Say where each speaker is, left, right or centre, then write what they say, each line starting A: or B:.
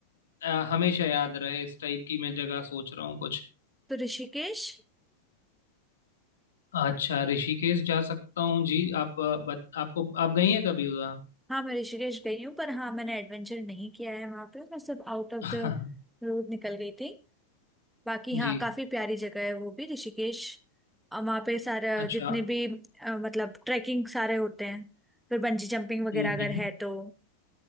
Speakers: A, on the left; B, in the centre.
A: अ, हमेशा याद रहे इस टाइप की मैं जगह सोच रहा हूँ कुछ
B: तो ऋषिकेश
A: अच्छा ऋषिकेश जा सकता हूँ जी आप अ, बत, आपको आप गई हैं कभी उधर
B: हाँ मैं ऋषिकेश गई हूँ पर हाँ मैंने एडवेंचर नहीं किया है वहां पे मैं सब आउट ऑफ
A: <laughs>
B: द
A: हाँ,
B: रोड निकल गई थी बाकी हाँ
A: जी
B: काफी प्यारी जगह है वो भी ऋषिकेश और वहाँ पे सारा
A: अच्छा
B: जितने भी अ, मतलब ट्रैकिंग सारे होते हैं फिर बंजी जंपिंग वगैरह
A: हम्म
B: अगर
A: हम्म,
B: है तो